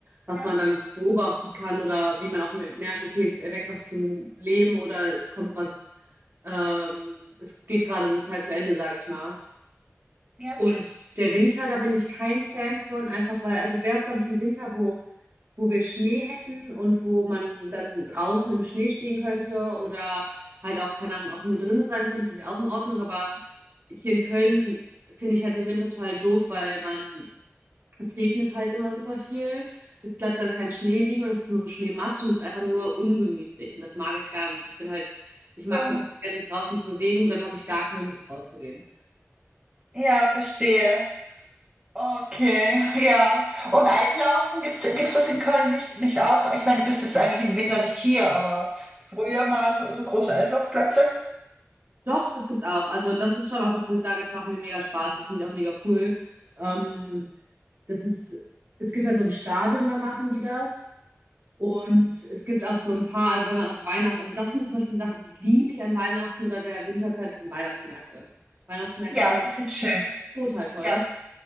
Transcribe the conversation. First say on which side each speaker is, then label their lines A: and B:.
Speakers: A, on the right; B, on the right.
A: was
B: Ja,
A: man dann beobachten kann oder wie man auch merkt, okay, es erweckt was zum Leben oder es kommt was, ähm, es geht gerade eine Zeit zu Ende, sage ich mal.
B: ja,
A: Und der Winter, da bin ich kein Fan von, einfach weil, also wäre es, glaube ich, ein Winter, wo, wo wir Schnee hätten und wo man dann draußen im Schnee stehen könnte oder halt auch, keine Ahnung, auch nur drinnen sein könnte, finde ich auch in Ordnung. Aber hier in Köln finde ich halt den Winter total doof, weil man, es regnet halt immer super viel, es bleibt dann kein Schnee liegen und es ist nur so Schneematsch und es ist einfach nur ungemütlich und das mag ich gar nicht. Ich bin halt, ich mag
B: so.
A: es halt total gerne, mich draußen zu bewegen und dann habe ich gar keine Lust rauszugehen.
B: Ja, verstehe. Okay, ja. Und Eislaufen, gibt's, gibt's das in Köln nicht, nicht auch? Ich meine, du bist jetzt eigentlich im Winter nicht hier, aber früher mal so, so große Eislaufplätze.
A: Doch, das gibt's auch. Also das ist schon auch das, wo ich sage, das macht mir mega Spaß. Das finde ich auch mega cool. Ähm, das ist, es gibt halt so ein Stadion, da machen die das. Und es gibt auch so ein paar, also wenn man auf Weihnachten, also das finde ich zum Beispiel eine Sache, die liebe ich an Weihnachten oder der Winterzeit, sind Weihnachtsmärkte. Weihnachtsmärkte
B: Ja,
A: finde
B: die
A: ich
B: sind schön.
A: total toll.
B: Ja,